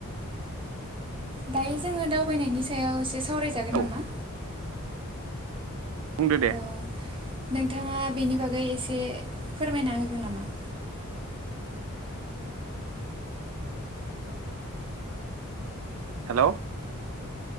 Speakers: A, on the right; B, on the right.
A: दायो जोङो दावबायनायनि सायाव एसे सावरायजागोन
B: औ
A: नामा?
B: बुंदो दे।
A: औ नोंथाङा बेनि बागै एसे फोरमायना होगोन नामा?
B: हेल'!